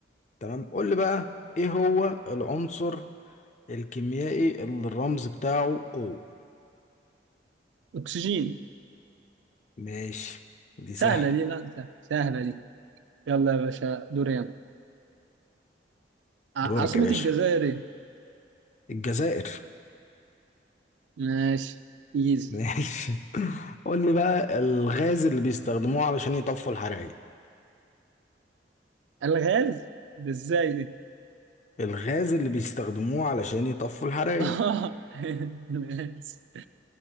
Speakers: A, on the left; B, on the right.
A: تمام قول لي بقى ايه هو العنصر الكيميائي اللي الرمز بتاعه O
B: اكسجين
A: ماشي دي
B: سهلة
A: سهلة
B: دي لا سهلة, سهلة دي يلا يا باشا دوري يلا ع-
A: دورك
B: عاصمة
A: يا باشا
B: الجزائر ايه؟
A: الجزائر
B: ماشي ايزي
A: ماشي <laughs> قول لي بقى الغاز اللي بيستخدموه علشان يطفوا الحرائق
B: الغاز ده ازاي دي؟
A: الغاز اللي بيستخدموه علشان يطفوا الحرايق
B: <laughs> اه الغاز